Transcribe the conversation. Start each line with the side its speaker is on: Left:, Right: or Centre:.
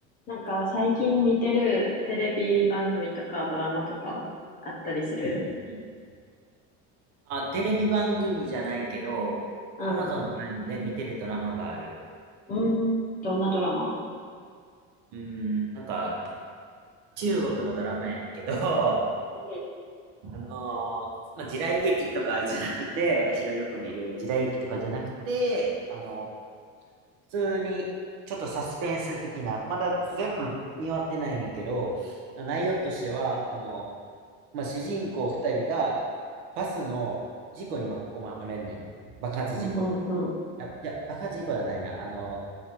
Left: なんか最近見てるテレビ番組とかドラマとかあったりする
Right: うんうんうん。あ、テレビ番組じゃないけど、
Left: うん。
Right: Amazon プライムで見てるドラマがある。
Left: うーん。どんなドラマ
Right: うーん、なんか、中国のドラマやねんけど、<laughs> あ
Left: うん、
Right: のーまあ、時代劇とかじゃなくて、私がよく見る時代劇とかじゃなくて、あの、普通に、ちょっとサスペンス的な、まだ全部見終わってないねんけど、内容としては、あの、まあ、主人公二人がバスの事故に巻き込まれんねん。爆発事故。
Left: うん、うん、
Right: や、いや、爆発事故じゃないな。あの、